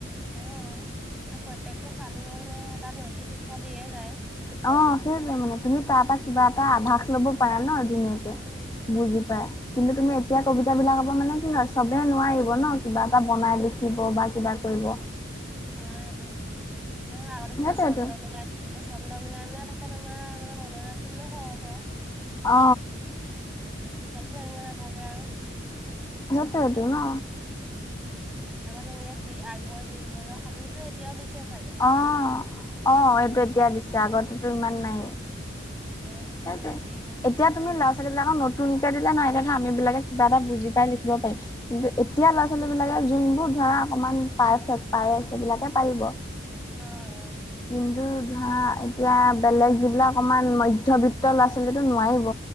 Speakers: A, in the centre; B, on the left.
A: অঁ, আৰু প্ৰত্যেকটো সাধুৱে মানে এটা নৈতিক শিক্ষা দিয়ে যায়।
B: অঁ, সেইটোৱে মানে তুমি তাৰ পৰা কিবা এটা আভাস লব পাৰা ন ধুনীয়া
A: উম
B: বুজি পায়
A: উম
B: কিন্তু তুমি এতিয়া কবিতা বিলাক আকৌ মানে কি হয় চবে নোৱাৰিব ন কিবা এটা বনাই
A: নোৱাৰে
B: লিখিব বা কিবা কৰিব
A: নোৱাৰটো আৰু আগতে তোমাৰ
B: সেইটোৱেটো
A: চন্দ মিলাই অ চন্দ মিলাই মিলাই থাকে তোমাৰ মানে মনত ৰাখিবলৈও সহজ হয়
B: অ
A: আজিকালি তেনেকে নাথাকে আৰু
B: সেইটোৱেটো ন
A: উম আগত এনেকে বি আগবৰ বিৰবলৰ সাধুটো এতিয়াও দিছে চাগে
B: অ অ সেইটো এতিয়া দিছে আগতেতো ইমান নাই
A: অ সেইটোত
B: সেইটোৱেই
A: মানে বি অ
B: এতিয়া তুমি ল'ৰা
A: বি
B: ছোৱালী বিলাকৰ নত নতুনকে দিলে নাই দেখা আমিবিলাকে কিবা এটা বুজি পাই লিখিব পাৰিছো কিন্তু এতিয়া ল'ৰা ছোৱালী বিলাকে যোনবোৰ ধৰা অকমান পাৰফেক্ট পাৰে সেইবিলাকে পাৰিব
A: অ অ
B: কিন্তু ধৰা এতিয়া বেলেগ যিবিলাক অকমান মধ্য মধ্যবিত্ত ল'ৰা ছোৱালীটো নোৱাৰিব